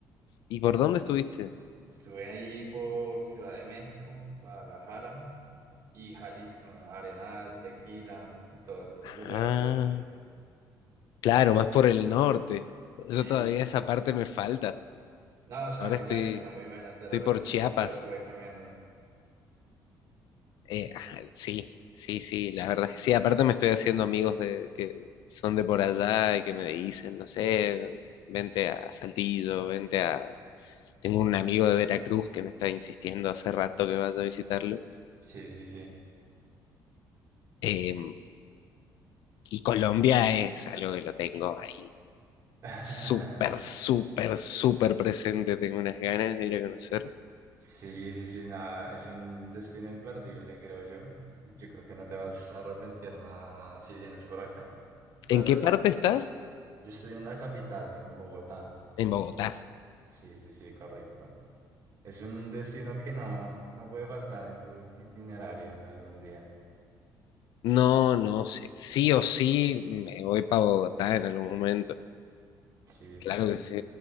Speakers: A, on the left; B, on the right.
A: ¿Y por dónde estuviste?
B: Estuve ahí por Ciudad de México, Guadalajara y Jalisco, Arenal, Tequila y todos esos
A: Ah,
B: lugares ahí.
A: claro,
B: S-
A: más por el norte. Yo
B: Sí,
A: todavía
B: sí, sí.
A: esa parte me falta.
B: No, está
A: Ahora
B: muy
A: estoy,
B: buena, está muy buena, te
A: estoy
B: la re-
A: por
B: súper
A: Chiapas.
B: recomiendo.
A: Eh, ah, sí, sí, sí, la verdad es que sí. Aparte me estoy haciendo amigos de que son de por allá y que me dicen, no sé, vente a Saltillo, vente a... Tengo un amigo de Veracruz que me está insistiendo hace rato que vaya a visitarlo.
B: Sí, sí, sí.
A: Eh, y Colombia es algo que lo tengo ahí
B: <laughs>
A: súper, súper, súper presente. Tengo unas ganas de ir a conocer.
B: Sí, sí, sí, nada, es un destino imperdible, creo yo. Yo creo que no te vas a arrepentir nada, nada, si vienes por acá. Vas,
A: ¿En qué
B: yo
A: parte estás?
B: estoy en la capital, en Bogotá.
A: En Bogotá.
B: Sí, sí, sí, correcto. Es un destino que no, no puede faltar en tu itinerario algún día.
A: No, no sé. Sí o sí me voy para Bogotá en algún momento.
B: Sí,
A: Claro
B: sí, sí.
A: que sí.